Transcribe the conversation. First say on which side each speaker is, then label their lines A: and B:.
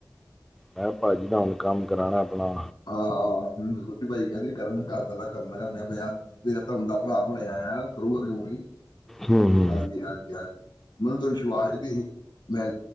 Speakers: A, in the centre; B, on the left.
A: ਮੈਂ ਭਾਜੀ ਨਾਲ ਕੰਮ ਕਰਾਣਾ ਆਪਣਾ
B: ਹਾਂ-ਹਾਂ ਮੈਨੂੰ ਛੋਟੇ ਭਾਜੀ ਕਹਿੰਦੇ ਸੀ ਕਰਨ ਕਾ ਮੈਂ ਤਾਂ ਮੈਂ ਕਿਹਾ ਮੇਰਾ ਧਰਮ ਦਾ ਭਰਾ ਬਣਿਆ ਆ ਕਰੂਗਾ ਕਿਉਂ ਨੀ।
A: ਹੂੰ ਹੂੰ
B: ਹਾਂਜੀ-ਹਾਂਜੀ ਹਾਂਜੀ ਮੈਨੂੰ ਤਾਂ ਵਿਸ਼ਵਾਸ 'ਤੇ ਤੁਸੀਂ ਮੈਂ